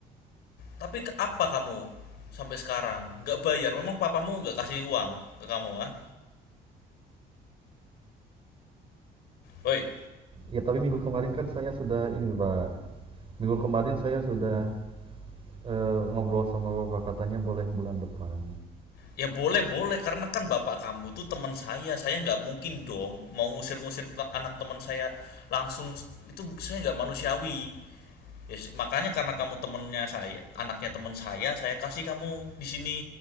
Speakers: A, on the left (about 75°); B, on the right (about 35°).
A: Tapi ke- apa kamu sampai sekarang nggak bayar? Memang papamu nggak kasih uang ke kamu, ah? Woi,
B: Ya tapi minggu kemarin kan saya sudah ini Pak Minggu kemarin saya sudah eh, ngobrol sama Bapak katanya boleh bulan depan.
A: ya boleh boleh karena kan bapak kamu tuh teman saya. Saya nggak mungkin dong mau ngusir-ngusir anak teman saya langsung itu saya nggak manusiawi. Ya, makanya karena kamu temennya saya, anaknya teman saya, saya kasih kamu di sini.